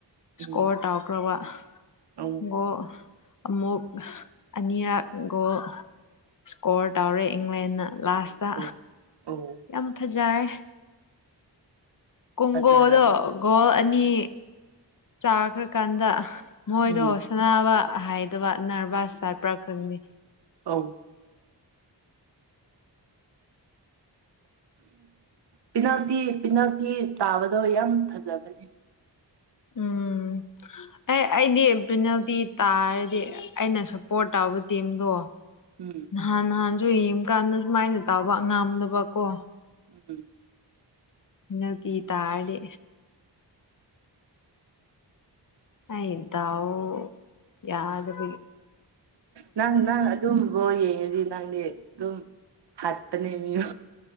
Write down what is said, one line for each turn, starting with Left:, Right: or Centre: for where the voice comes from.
Right: ꯎꯝ
Left: ꯁꯀꯣꯠꯥꯎꯈ꯭ꯔꯕꯒꯣ
Right: ꯑꯧ
Left: ꯑꯃꯨꯛ ꯑꯅꯤꯔꯛ ꯒꯣꯜ ꯁꯀꯣꯔ ꯇꯧꯔꯦ ꯏꯪꯂꯦꯟꯅ ꯂꯥꯁꯇ
Right: ꯑꯧ ꯑꯧ
Left: ꯌꯥꯝ ꯐꯖꯔꯦ ꯀꯣꯡꯒꯣꯗꯣ
Right: ꯐꯖꯔꯝꯒꯅꯤ
Left: ꯒꯣꯜ
Right: ꯎꯝ
Left: ꯑꯅꯤ ꯆꯥꯈ꯭ꯔꯀꯥꯟꯗ ꯃꯣꯏꯗꯣ
Right: ꯎꯝ.
Left: ꯁꯅꯕ ꯍꯥꯏꯗꯕ ꯅꯔꯚꯁ ꯆꯠꯄ꯭ꯔꯥ ꯈꯪꯅꯤ
Right: ꯑ ꯄꯤꯅꯥꯜꯇꯤ ꯄꯤꯅꯥꯜꯇꯤ ꯇꯥꯕꯗꯣ ꯌꯥꯝ ꯐꯖꯕꯅꯦ
Left: ꯎꯝ ꯑꯦ ꯑꯩꯗꯤ ꯄꯦꯅꯥꯜꯇꯤ ꯇꯥꯔꯗꯤ ꯑꯩꯅ ꯁꯞꯄꯣꯔꯠ ꯇꯧꯕ ꯇꯤꯝꯗꯣ
Right: ꯎꯝ
Left: ꯅꯍꯥꯟ ꯅꯍꯥꯟꯁꯨ ꯌꯦꯡ ꯀꯥꯟꯗ ꯁꯨꯃꯥꯏꯅ ꯇꯥꯕ ꯉꯥꯝꯗꯕꯀꯣ
Right: ꯎꯝ
Left: ꯏ ꯇꯤ ꯇꯥꯔꯦ ꯑ ꯏꯗꯎ ꯌꯥꯗꯕꯨ
Right: ꯅꯪ ꯅꯪ ꯑꯗꯨꯝ ꯍꯦ ꯗꯤ ꯅꯪꯗꯤ ꯑꯗꯨꯝ ꯍꯥꯠꯇꯅꯦ ꯃꯤꯌꯨ